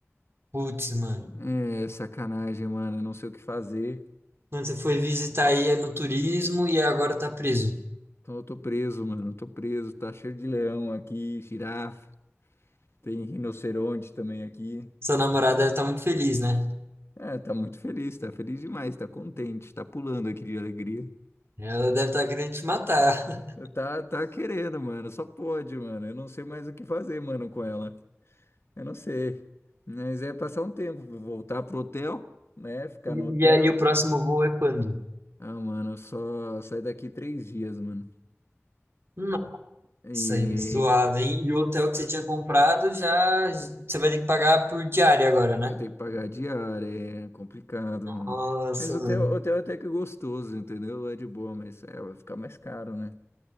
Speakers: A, on the right; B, on the left.
A: Putz, mano.
B: É, sacanagem, mano. Eu não sei o que fazer.
A: Quando você foi visitar aí é no turismo e agora tá preso.
B: Então eu tô preso, mano. Tô preso. Tá cheio de leão aqui, girafa. Tem rinoceronte também aqui.
A: Sua namorada deve estar muito feliz, né?
B: É, tá muito feliz, tá feliz demais, tá contente, tá pulando aqui de alegria.
A: Ela deve estar querendo te matar. <laughs>
B: Tá, tá querendo, mano. Só pode, mano. Eu não sei mais o que fazer, mano, com ela. Eu não sei. Mas é passar um tempo, voltar pro hotel, né? Ficar
A: E,
B: no hotel.
A: e aí o próximo voo é quando?
B: Ah, mano, eu só saio daqui três dias, mano.
A: Nossa,
B: E
A: aí, zoado, hein? E o hotel que você tinha comprado já você vai ter que pagar por diária agora, né?
B: eu tenho que pagar a diária, é complicado, mano.
A: Nossa,
B: Mas o
A: mano.
B: hotel, hotel até que é gostoso, entendeu? É de boa, mas é, vai ficar mais caro, né?